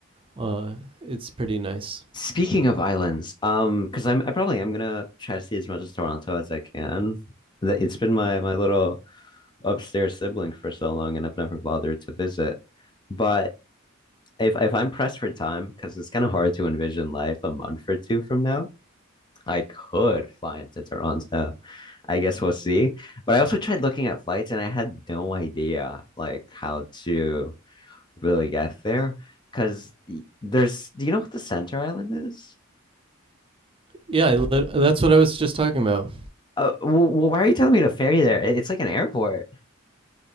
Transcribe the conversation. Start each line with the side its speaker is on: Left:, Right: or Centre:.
Right: uh, it's pretty nice.
Left: Speaking of islands, um, because I'm I probably am gonna try to see as much as Toronto as I can. Th- It's been my my little upstairs sibling for so long, and I've never bothered to visit. But if if I'm pressed for time, because it's kind of hard to envision life a month or two from now, I could fly into Toronto. I guess we'll see. But I also tried looking at flights, and I had no idea like how to really get there because there's. Do you know what the Center Island is?
Right: Yeah, I lit- that's what I was just talking about.
Left: Uh, well, why are you telling me to ferry there? It's like an airport.